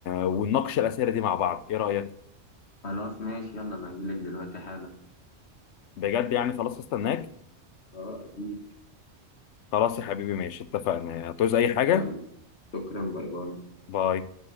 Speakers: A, on the left (about 85°); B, on the left (about 70°).
A: ونناقش الاسئله دي مع بعض ايه رايك
B: خلاص ماشي يلا انا هجيلك دلوقتي حالا
A: بجد يعني خلاص استناك
B: اه اكيد
A: خلاص يا حبيبي ماشي اتفقنا هتعوز اي حاجه
B: يلا شكرا باي باي
A: باي